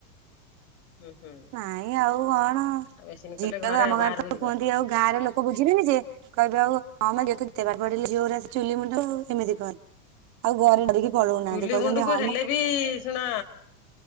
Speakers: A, on the left; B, on the right.
A: ହୁଁ ହୁଁ
B: ନାଇଁ ଆଉ କଣ
A: ଆଉ ମେସିନ୍ କଲେ
B: ଝିଅ ତ ଆମ
A: ଆଉ ବାହାରକୁ
B: ଘରେ ତ
A: ଯିବନି।
B: କୁହନ୍ତି ଆଉ ଗାଁରେ ଲୋକ ବୁ ଯିବିନି ଯେ କହିବେ ଆଉ ହଁ ବା ଯେତେ ପାଠ ପଡିଲେ ଝିଅ ଚୁଲି ମୁଣ୍ଡକୁ ଏମିତି କହନ୍ତି। ଆଉ ଘରେ ଡରିକି ପଢ଼ଉ
A: ଚୁଲି
B: ନାହାନ୍ତି କହୁଛନ୍ତି
A: ମୁଣ୍ଡକୁ
B: ହଁ
A: ହେଲେ
B: ମ।
A: ବି ସୁଣ।